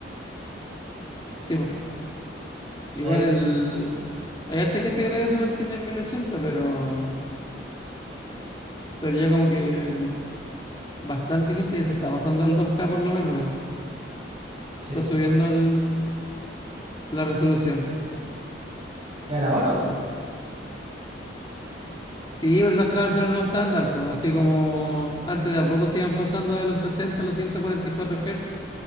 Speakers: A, on the left; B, on the right.
A: sí, po. Igual
B: Ahí-
A: el... Hay harta gente que todavía se mantiene en 1080, pero... Pero ya como que mm, bastante gente ya se está pasando al dos k por lo menos.
B: sí,
A: Está subiendo el- la resolución.
B: ya era hora. po.
A: Sí, el 2K va a ser el nuevo estándar, pues. Así como antes de a poco se iban pasando de los 60 a los 144 Hz.